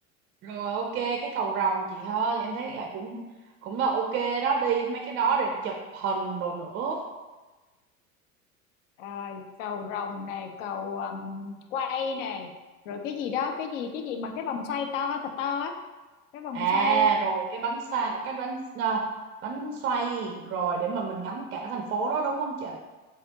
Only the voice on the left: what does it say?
À, cầu Rồng này, cầu ừm, quay này, rồi cái gì đó, cái gì cái gì mà cái vòng xoay to thật to á, cái vòng
xoay